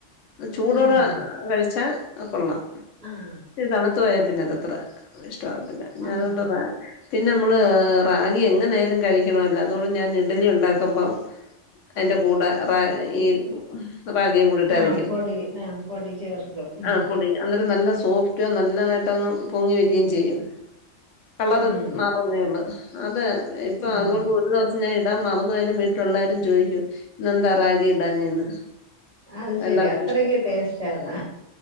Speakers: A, on the left; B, on the right.
A: ചൂടോടെ
B: ആഹ്
A: കഴിച്ചാ കൊള്ളാം.
B: ആഹ്.
A: തണുത്തു പോയാ പിന്നെ അതത്ര ഇഷ്ടമാവത്തില്ല ഞാൻ
B: ആഹ്
A: അതുകൊണ്ട് റാ പിന്നെ നമ്മള് റാഗി എങ്ങനെ ആയാലും കഴിക്കണല്ലോ, അതുകൊണ്ട് ഞാൻ ഇഡ്ഡലി ഉണ്ടാക്കുമ്പം അതിന്റെ കൂടെ റാ ഈ റാഗിം കൂടിട്ടരക്കും
B: ആഹ് പൊടി ആഹ് പൊടി ചേർക്കും ഉം
A: ആ പൊടി എന്നിട്ട് നല്ല സോഫ്റ്റ് ഏറ്റവും നല്ലതായിട്ടങ്ങ് പൊങ്ങി വരികയും ചെയ്യും, കളർ
B: ഉം
A: മാറുന്നേ ഉള്ളൂ. അതെ ഇപ്പൊ
B: ഉം
A: അതുകൊണ്ട് ഒരു ദിവസം ഞാൻ ഇടാൻ മറന്നു പോയാലും വീട്ടിലെല്ലാരും ചോദിക്കും ഇന്നെന്താ റാഗി ഇടാഞ്ഞെന്ന്.
B: അത് ശരി
A: എല്ലാർക്കും
B: അത്രക്ക്
A: ഇഷ്ട്ടാ
B: ടേസ്റ്റാന്ന്